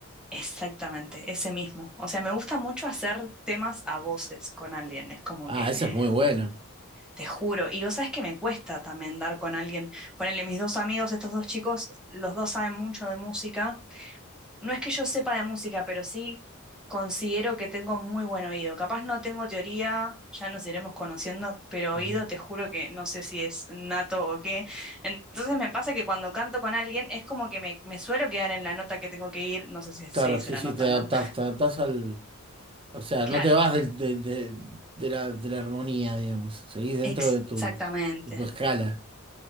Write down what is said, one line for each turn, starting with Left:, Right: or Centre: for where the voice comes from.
Centre: Exactamente, ese mismo. O sea, me gusta mucho hacer temas a voces con alguien. Es como
Right: Ah,
Centre: que me,
Right: eso es muy bueno.
Centre: te juro. Y vos sabés que me cuesta también dar con alguien. Ponele mis dos amigos, estos dos chicos, los dos saben mucho de música No es que yo sepa de música, pero sí considero que tengo muy buen oído. Capaz no tengo teoría, ya nos iremos conociendo, pero
Right: Ujú.
Centre: oído te juro que no sé si es nato o qué. Entonces me pasa que cuando canto con alguien es como que me, me suelo quedar en la nota que tengo que ir. No sé si se
Right: Claro,
Centre: dice
Right: sí,
Centre: la
Right: sí,
Centre: nota,
Right: te
Centre: ¿no?
Right: adaptás, te adaptás al. O sea,
Centre: Claro.
Right: no te vas del- de, de- de la, de la armonía, digamos. Seguís dentro
Centre: Exactamente.
Right: de tu, de tu escala.